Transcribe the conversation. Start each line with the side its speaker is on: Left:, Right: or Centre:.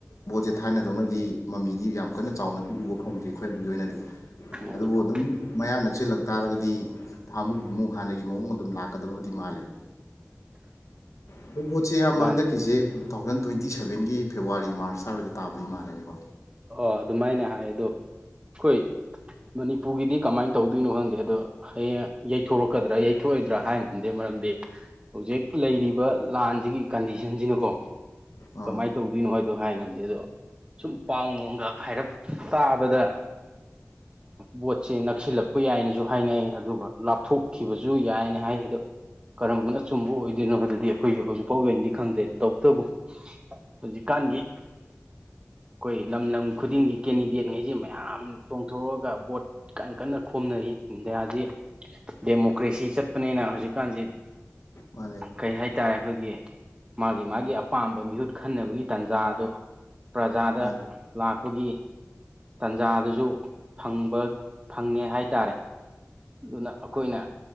Left: ꯕꯣꯠꯁꯦ ꯊꯥꯏꯅꯗꯧꯅꯗꯤ ꯃꯃꯤꯗꯤ ꯌꯥꯝ ꯀꯟꯅ ꯆꯥꯎꯅꯗꯤ ꯎꯕ ꯐꯪꯗ꯭ꯔꯤ꯫ ꯈꯣꯏꯔꯝꯒꯤ ꯑꯣꯏꯅꯗꯤ
Right: ꯑꯣ
Left: ꯑꯗꯨꯕꯨ ꯑꯗꯨꯝ ꯃꯌꯥ ꯅꯛꯁꯤꯜꯂꯛ ꯇꯥꯔꯒꯗꯤ ꯍꯥꯃꯨ ꯍꯥꯃꯨ ꯍꯥꯟꯅꯒꯤ ꯃꯑꯣꯡ ꯑꯗꯨꯝ ꯂꯥꯛꯀꯗꯕꯗꯤ ꯃꯥꯜꯂꯦ ꯑꯗꯣ ꯚꯣꯠꯁꯦ ꯏꯌꯥꯝꯕ
Right: ꯃꯥꯅꯤ
Left: ꯍꯟꯗꯛꯀꯤꯁꯦ ꯇꯨ ꯊꯥꯎꯖꯟ ꯇ꯭ꯋꯦꯟꯇꯤ ꯁꯦꯕꯦꯟꯒꯤ ꯐꯦꯕ꯭ꯋꯥꯔꯤ ꯃꯥꯔꯁ ꯁ꯭ꯋꯥꯏꯗ ꯇꯥꯗꯨꯕ ꯃꯥꯜꯂꯦꯅꯦꯀꯣ
Right: ꯑꯣ ꯑꯗꯨꯃꯥꯏꯅ ꯍꯥꯏ ꯑꯗꯣ ꯑꯩꯈꯣꯏ ꯃꯅꯤꯄꯨꯔꯒꯤꯗꯤ ꯀꯃꯥꯏꯅ ꯇꯧꯗꯣꯏꯅꯣ ꯈꯪꯗꯦ ꯑꯗꯣ ꯍꯌꯦꯡ ꯌꯩꯊꯣꯔꯛꯀꯗ꯭ꯔꯥ ꯌꯩꯊꯣꯛꯑꯣꯏꯗ꯭ꯔꯥ ꯍꯥꯏ ꯉꯝꯗꯦ ꯃꯔꯝꯗꯤ__ ꯍꯧꯖꯤꯛ ꯂꯩꯔꯤꯕ ꯂꯥꯟꯁꯤꯒꯤ ꯀꯟꯗꯤꯁꯟꯁꯤꯅꯀꯣ
Left: ꯑꯥ
Right: ꯀꯃꯥꯏ ꯇꯧꯗꯣꯏꯅꯣ ꯍꯥꯏꯗꯣ ꯍꯥꯏ ꯉꯝꯗꯦ ꯑꯗꯣ ꯁꯨꯝ ꯄꯥꯎ ꯅꯨꯡꯒ ꯍꯥꯏꯔꯞ ꯇꯥꯕꯗ ꯚꯣꯠꯁꯦ ꯅꯛꯁꯤꯜꯂꯛꯄ ꯌꯥꯏꯅꯁꯨ ꯍꯥꯏꯅꯩ ꯑꯗꯨꯒ ꯂꯥꯞꯊꯣꯛꯈꯤꯕꯁꯨ ꯌꯥꯏꯅ ꯍꯥꯏꯁꯤꯗ ꯀꯔꯝꯕꯅ ꯑꯆꯨꯝꯕ ꯑꯣꯏꯗꯣꯏꯅꯣ ꯑꯗꯨꯗꯤ ꯑꯩꯈꯣꯏꯁꯨ ꯍꯧꯖꯤꯛ ꯐꯥꯎꯒꯤ ꯑꯣꯏꯅꯗꯤ ꯈꯪꯗ꯭ꯔꯦ ꯇꯧꯕꯇꯕꯨ __ ꯍꯧꯖꯤꯛꯀꯥꯟꯒꯤ ꯑꯩꯈꯣꯏ ꯂꯝ ꯂꯝ ꯈꯨꯗꯤꯡꯒꯤ ꯀꯦꯟꯗꯤꯗꯦꯠ ꯉꯩꯁꯤ ꯃꯌꯥꯝ ꯆꯣꯡꯊꯣꯛꯑꯒ ꯚꯣꯠ ꯀꯟꯅ ꯀꯟꯅ ꯈꯣꯝꯅꯔꯤ ꯏꯟꯗꯤꯌꯥꯁꯤ ꯗꯦꯃꯣꯀ꯭ꯔꯦꯁꯤ ꯆꯠꯄꯥꯅꯤꯅ ꯍꯧꯖꯤꯛꯀꯥꯟꯁꯦ
Left: ꯃꯥꯅꯦ
Right: ꯀꯩ ꯍꯥꯏꯇꯥꯔꯦ ꯑꯩꯈꯣꯏꯒꯤ ꯃꯥꯒꯤ ꯃꯥꯒꯤ ꯑꯄꯥꯝꯕ ꯃꯤꯍꯨꯠ ꯈꯟꯅꯕꯒꯤ ꯇꯥꯟꯖꯥꯗꯣ ꯄ꯭ꯔꯖꯥꯗ
Left: ꯃꯥꯅꯦ
Right: ꯂꯥꯛꯄꯒꯤ ꯇꯥꯟꯖꯥꯗꯨꯁꯨ ꯐꯪꯕ ꯐꯪꯉꯦ ꯍꯥꯏꯇꯥꯔꯦ ꯑꯗꯨꯅ ꯑꯩꯈꯣꯏꯅ